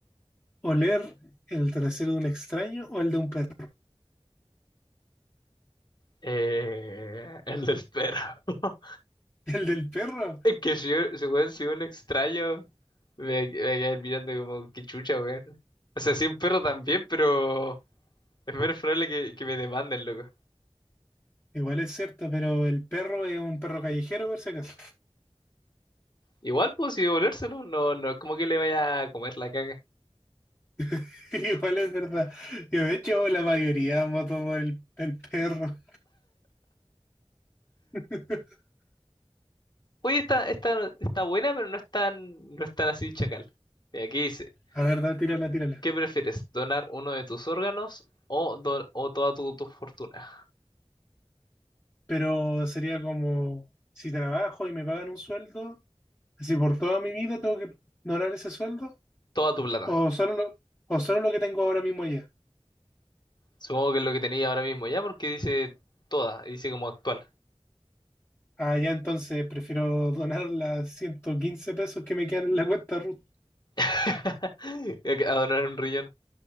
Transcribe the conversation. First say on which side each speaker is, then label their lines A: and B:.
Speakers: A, on the left (about 20°); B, on the left (about 45°).
A: ¿Oler el trasero de un extraño o el de un perro?
B: eh, el del perro. <laughs>
A: <laughs> ¿El del perro?
B: Es que si, si, weón, si un extraño me, me quedar mirando como que chucha, weón. O sea, si un perro también, pero es menos probable que, que me demanden, loco.
A: Igual es cierto, pero el perro es un perro callejero, por si acaso.
B: Igual, pues, si devolvérselo, no, no es como que le vaya a comer la caga.
A: <laughs> Igual es verdad. Yo, de hecho, la mayoría voto por el, el perro. <laughs>
B: Oye, está, está, está buena, pero no es tan, no es tan así chacal. Y aquí dice,
A: A ver, da, tírala, tírala.
B: ¿qué prefieres? ¿Donar uno de tus órganos o, don- o toda tu tu fortuna?
A: Pero sería como, si trabajo y me pagan un sueldo, si por toda mi vida tengo que ignorar ese sueldo,
B: toda tu plata.
A: o solo lo, o solo lo que tengo ahora mismo ya.
B: Supongo que es lo que tenía ahora mismo, ya porque dice toda, dice como actual.
A: Ah, ya entonces prefiero donar las 115 pesos que me quedan en la cuenta Ruth.
B: <laughs> A donar un riñón.